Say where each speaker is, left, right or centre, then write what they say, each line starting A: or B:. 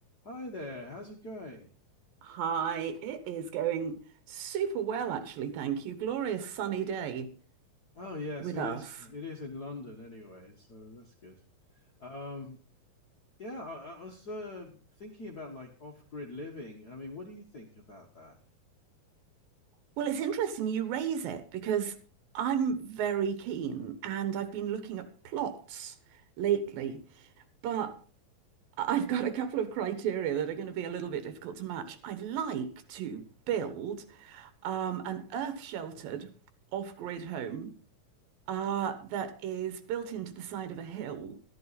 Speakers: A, on the left (about 75°); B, on the right (about 85°).
A: Hi there, how's it going?
B: Hi, it is going super well, actually. Thank you. Glorious sunny day
A: Oh yes,
B: with
A: it
B: us.
A: is. It is in London anyway, so that's good. Um, yeah, I, I was uh, thinking about like off-grid living. I mean, what do you think about that?
B: Well, it's interesting you raise it because I'm very keen and I've been looking at plots lately, but I've got a couple of criteria that are going to be a little bit difficult to match. I'd like to build um, an earth-sheltered off-grid home uh, that is built into the side of a hill